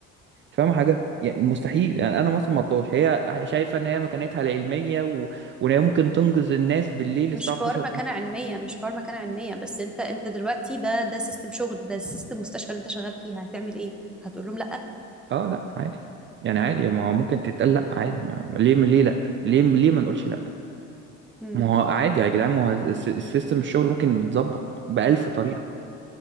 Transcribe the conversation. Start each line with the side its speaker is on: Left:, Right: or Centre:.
Right: انت فاهمه حاجه يعني مستحيل يعني انا مثلا مرضاش هي شايفه ان هي مكانتها العلميه و... وان هي ممكن تنقذ الناس بالليل
Centre: مش
Right: الساعه
Centre: حوار
Right: 12
Centre: مكانة
Right: بالليل
Centre: علمية مش حوار مكانة علمية بس انت انت دلوقتي ده ده سيستم شغل ده سيستم مستشفى اللي انت شغال فيها هتعمل ايه؟ هتقول لهم لا
Right: اه لا عادي يعني عادي ما هو ممكن تتقال لا عادي ما ما- ليه ليه لا ليه ليه ما نقولش لا
Centre: مم.
Right: ما هو عادي يا جدعان ما هو الس- السيستم الشغل ممكن يتظبط بألف طريقه